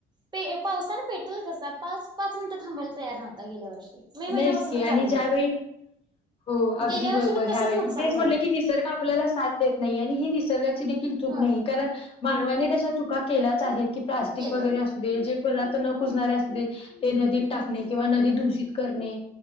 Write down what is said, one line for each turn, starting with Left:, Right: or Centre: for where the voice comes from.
Right: पे पावसान पेटेल कसा पास पाच मिनिटं थांबायला तयार नव्हता गेल्या वर्षी मे महिन्यापासूनच
Left: नाहीच की
Right: चालू
Left: आणि
Right: झालता.
Left: ज्यावेळी... हो अगदी
Right: गेल्या वर्षी
Left: बरोबर
Right: पण
Left: ह्या
Right: तसच
Left: वेळी
Right: नुकसान
Left: म तेच
Right: झालं
Left: म्हटलं की निसर्ग आपल्याला साथ देत नाही आणि ही निसर्गाची.... त्याची देखील चूक
Right: होय
Left: नाही कारण मानवाने जश्या चूका... चूका केल्याचं आहेत की प्लास्टिक
Right: केल्यात
Left: वगैरे असू दे जे पण असं न कुजणारे
Right: हम्म
Left: असू देत ते नदीत टाकणे
Right: हम्म
Left: किंवा... नदी दूषित करणे